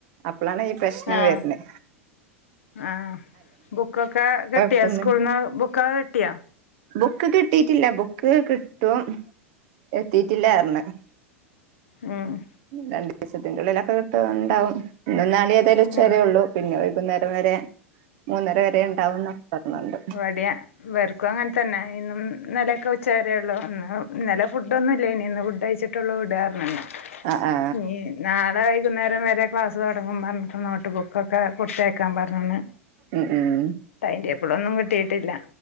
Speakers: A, on the right; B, on the left.
A: അപ്പളാണ് ഈ പ്രശ്നം
B: ആഹ്
A: വേര്നെ
B: ആഹ് ബുക്കൊക്കെ കിട്ടിയാ
A: കൊഴപ്പൊന്നുല്ല
B: സ്കൂൾന്ന് ബുക്കൊക്കെ കിട്ട്യാ?
A: ബുക്ക് കിട്ടിട്ടില്ല ബുക്ക് കിട്ടും എത്തിട്ടില്ലാ പർഞ്
B: ഉം
A: രണ്ടിസത്തിന്റെ ഉള്ളിലൊക്കെ കിട്ടുണ്ടാവും ഇന്നും നാളീം ഏതായാലും ഉച്ച
B: ഉം
A: വരെ ഒള്ളൂ പിന്നെ വൈകുന്നേരം വരെ മൂന്നര വരെ ഇണ്ടാവും ന്നൊക്കെ പർഞ്ണ്ട്
B: <unintelligible> വെർക്കും അങ്ങനെ തന്നെ ഇന്നും ഇന്നലോക്കെ ഉച്ച വേരേ ഒള്ളൂ ഇന്നും ഇന്നലെ ഫുഡോന്നും ഇല്ലേനി ഇന്ന് ഫുഡ് കയിച്ചിട്ട് ടോള്ളു വിടാ പർഞ്ണ്
A: ആ ആ
B: ഇഞ് നാളെ വൈകുന്നേരം വരെ ക്ലാസ് തുടങ്ങും പർഞ്ഞിട്ട് നോട്ട് ബുക്കൊക്കെ കൊടുത്തേക്കാൻ പർഞ്ണ്
A: ഉം ഉം
B: ടൈറ്റെബിളോന്നും കിട്ടിട്ടില്ല